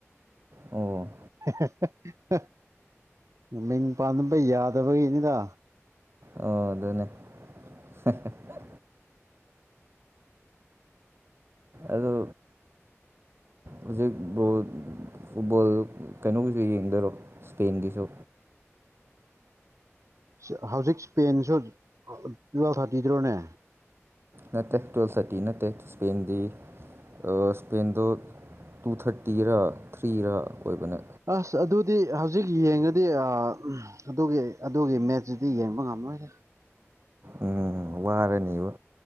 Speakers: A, on the right; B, on the right.
A: ꯑꯣ,
B: ꯍꯦ ꯍꯦ ꯍ ꯍ ꯃꯤꯡ ꯄꯥꯟꯕ ꯌꯥꯗꯕꯒꯤꯅꯤꯗ
A: ꯑꯣ ꯑꯗꯨꯅꯦ ꯍꯦ ꯍꯦ ꯍ ꯑꯗꯣ ꯍꯨꯖꯤꯛ ꯕ꯭ꯔꯣ ꯐꯨꯠꯕꯣꯜ ꯀꯩꯅꯣꯒꯤꯁꯨ ꯌꯦꯡꯗꯔꯣ ꯁ꯭ꯄꯦꯟꯒꯤꯁꯨ
B: ꯁꯤ ꯍꯧꯖꯤꯛ ꯏꯁꯄꯦꯟꯁꯨ ꯇꯨꯋꯦꯜ ꯊꯥꯇꯤꯗ꯭ꯔꯣꯅꯦ
A: ꯅꯠꯇꯦ ꯇꯨꯋꯦꯜꯞ ꯊꯇꯤ ꯅꯠꯇꯦ ꯏꯁꯄꯦꯟꯗꯤ ꯑ ꯁ꯭ꯄꯦꯟꯗꯣ ꯇꯨ ꯊꯥꯇꯤꯔꯥ ꯊ꯭ꯔꯤꯔ ꯑꯣꯏꯕꯅꯦ
B: ꯑꯁ ꯑꯗꯨꯗꯤ ꯍꯧꯖꯤꯛ ꯌꯦꯡꯉꯗꯤ ꯑ ꯎꯝ ꯑꯗꯨꯒꯤ ꯑꯗꯨꯒꯤ ꯃꯦꯠꯁꯤꯗꯤ ꯌꯦꯡꯕ ꯉꯝ ꯃꯥꯏꯅ
A: ꯎꯝ ꯋꯥꯔꯅꯤꯕ